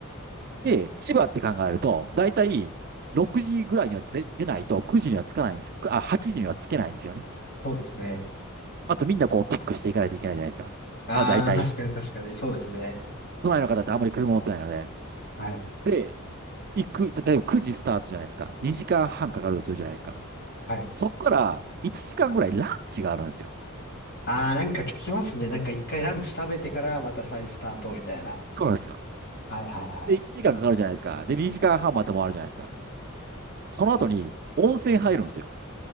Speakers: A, on the right; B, on the left.
A: で、千葉って考えると、だいたい6時ぐらいにはぜ出ないと9時にはつかないんです。あ、8時にはつけないんですよね。
B: そうですね。
A: あとみんなこうピックしていかないといけないじゃないですか。
B: ああ、
A: あ、だいたい。
B: 確かに、確かに。そうですね。
A: 都内の方ってあんまり車持ってないので。
B: はい、
A: で、行く、例えば9時スタートじゃないですか。2時間半かかるとするじゃないですか。
B: はい。
A: そこから1時間ぐらいランチがあるんですよ。
B: ああ、なんか聞きますね。なんか一回ランチ食べてからまた再スタートみたいな。
A: そうなんですよ。
B: はい、はい、はい。
A: で、1時間かんかかるじゃないですか。で、2時間半また回るじゃないですか。その後に温泉入るんですよ。
B: はい